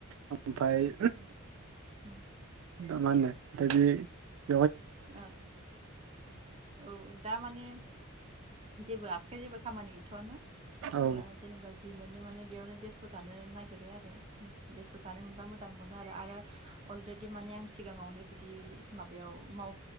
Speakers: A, on the right; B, on the right.
A: ओमफाय
B: उम
A: दा माहोननो <unintelligible>
B: ओ औ दा माने जेबो आखाया जेबो खामानि गैथ'आ ना
A: औ
B: दा जेनेबा जि मोननो माने बेयावनो बेस्थ' थानो नागिरो आरो बेस्थ' थानो मोनबा मोजां मोनो आरो आरो अलरेडि माने सिगाङावनो बिदि माबायाव माव